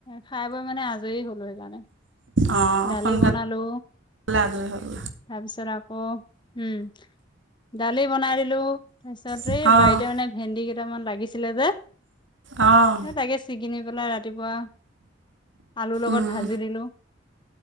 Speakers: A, on the left (about 25°); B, on the right (about 75°).
A: খাই বৈ মানে আজৰি হ'লো সেইকাৰণে।
B: অঁ
A: দালি
B: সোনকালে
A: বনালো
B: আজৰি হৈ গ'লা
A: তাৰপিছত আ। অ', উম, দালি বনাই দিলোঁ। তাৰপিছত
B: অঁ
A: এই বাৰীতে মানে ভেন্দি কেইটা। কেইটামান লাগিছিলে যে।
B: অঁ
A: এ তাকে ছিগিনি পেলাই ৰাতিপুৱা। আলুৰ লগত
B: অঁ
A: ভাজি দিলোঁ।